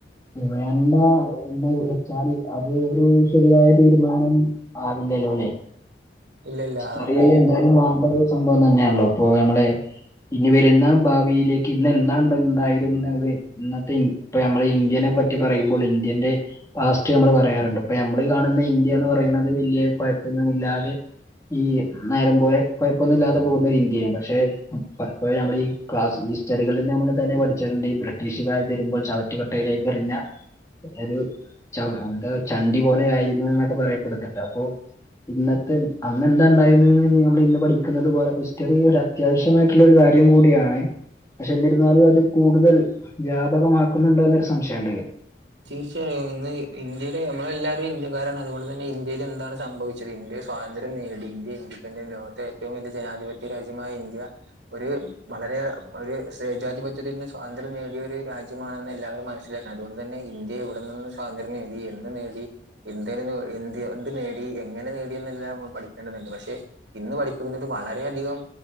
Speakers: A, on the left (about 15°); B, on the right (about 80°).
A: <unintelligible> വെച്ചാൽ അത് ഒരു ശരിയായ തീരുമാനം ആവില്ലല്ലോലേ
B: ഇല്ലല്ല
A: ചെറിയ
B: അത്ര
A: എന്തായാലും മാറേണ്ട ഒരു സംഭവം തന്നെയാണല്ലോ ഇപ്പൊ നമ്മളെ ഇനി വരുന്ന ഭാവിയിലേക്ക് ഇന്ന് എന്താ ഉണ്ടാ ഉണ്ടായിരുന്നതേ ഇന്നത്തെ ഇപ്പൊ നമ്മള് ഇന്ത്യനെ പറ്റി പറയുമ്പോൾ ഇന്ത്യന്റെ പാസ്റ്റ് നമ്മള് പറയാറുണ്ട് ഇപ്പൊ നമ്മള് കാണുന്ന ഇന്ത്യ എന്ന് പറയുന്നത് വല്യാ കുഴപ്പൊന്നുമില്ലാതെ ഈ നേരം പോലെ കുഴപ്പൊന്നും ഇല്ലാതെ പോകുന്ന ഒരു ഇന്ത്യാണ് പക്ഷെ പലപ്പോഴും നമ്മളീ ക്ലാസ് ഹിസ്റ്ററികളിൽ നമ്മള് തന്നെ പഠിച്ചിട്ടുണ്ട് ഈ ബ്രിട്ടീഷുകാര് തരുമ്പോൾ ചവറ്റുകുട്ടയിലേക്ക് എറിഞ്ഞ ഒരു ചവ എന്താ ചണ്ടി പോലെ ആയിരുന്നു എന്നൊക്കെ പറയപ്പെടുന്നുണ്ട് അപ്പൊ ഇന്നത്തെ ഇ അന്ന് എന്താ ഉണ്ടായിരുന്ന് എന്ന് നമ്മള് ഇന്ന് പഠിക്കുന്നത് പോലെ ഹിസ്റ്ററി ഒര് അത്യാവശ്യമായിട്ടുള്ള ഒരു കാര്യം കൂടിയാണേ പക്ഷെ എന്നിരുന്നാലും അത് കൂടുതൽ വ്യാപകമാക്കുന്നുണ്ടോ എന്നൊരു സംശയം ഉണ്ട്ലെ
B: തീർച്ചയായും ഇന്ന് ഇന്ത്യയിലെ നമ്മള് എല്ലാവരും ഇന്ത്യക്കാരാണ് അതുകൊണ്ട് തന്നെ ഇന്ത്യയിൽ എന്താണ് സംഭവ വിച്ചത് ഇന്ത്യാ സ്വാതന്ത്ര്യം നേടി ഇന്ത്യ ഇഡിപെൻറൻറ് ലോകത്തെ ഏറ്റവും വലിയ ജനാധിപത്യ രാജ്യമായ ഇന്ത്യ ഒരു വളരെ ഒരു സേജാധിപത്യത്തിൽ നിന്ന് സ്വാതന്ത്ര്യം നേടിയ ഒരു രാജ്യമാണെന്ന് എല്ലാവരും മനസ്സിലാക്കണം അതുകൊണ്ട് തന്നെ ഇന്ത്യ ഇവിടെ നിന്ന് സ്വാതന്ത്രം നേടി എന്ത് നേടി എന്തരനു എന്ത്കൊണ്ട് നേടി എങ്ങനെ നേടിയെന്നെല്ലാം നമ്മൾ പഠിക്കേണ്ടതുണ്ട് പക്ഷെ ഇന്ന് പഠിപ്പിക്കുന്നത് വളരെയധികം